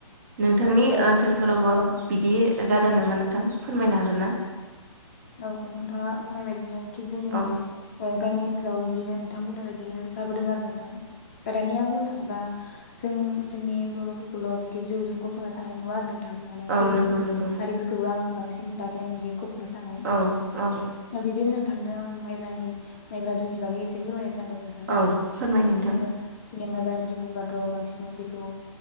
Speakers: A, on the right; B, on the left.
A: नोंथांनि
B: ओ
A: ओनसोलफोरावबो
B: औ
A: बिदि जादों नामा नोंथां फोरमायनो हागोन ना?
B: औ नोंथाङा बुंनाय बायदिनो थिग जोंनि
A: औ
B: ओ गामि औ बिदिनो नोंथां बुंनाय बायदिनो जाबोदों आरो ओं गोदानिया बुंनो थाङ दा जों जोंनि बर'फोरखौल' बिबदि जौजों गफ'ना थानाय नुया आरो नोंथां आं माने
A: औ
B: गुबुन
A: नंगौ नंगौ
B: हारिफोरखौ आं बांसिन दानिया नुयो गफ'ना थाना ए
A: औ औ
B: बिदिनो थांनो आं माइब्रानि माइब्रा जौनि बागै एसे फोरमायनो सै स नोंथां
A: औ फोरमाय नोंथां
B: बिदिनो सिनेम माइब्रा नि जौ बुंब्लाथ' बांसिनानो बेखौ